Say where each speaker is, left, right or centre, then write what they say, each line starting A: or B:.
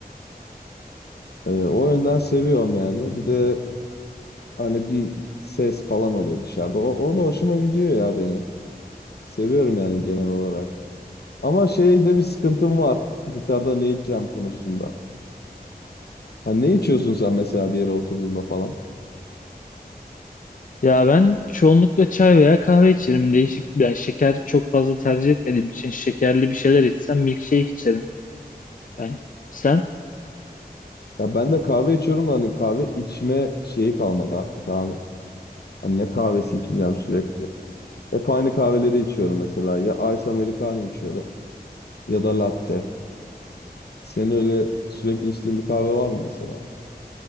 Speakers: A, on the left (about 80°); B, on the left (about 55°).
A: Ee, o yönden seviyorum yani bir de hani bir ses falan oluyor dışarıda o, o da hoşuma gidiyor ya benim. Seviyorum yani genel olarak. Ama şeyde bir sıkıntım var. Dışarıda ne içeceğim konusunda. Ha ne içiyorsun sen mesela bir yere oturduğunda falan?
B: Ya ben çoğunlukla çay veya kahve içerim. Değişik yani şeker çok fazla tercih etmediğim için şekerli bir şeyler içsem milkshake içerim ben. Sen?
A: Ya ben de kahve içiyorum da hani kahve içme şeyi kalmadı artık abi. Hani ne kahvesi içeceğim sürekli. Hep aynı kahveleri içiyorum mesela. Ya Ice Americano içiyorum ya da latte. Senin öyle sürekli içtiğin bir kahve var mı mesela?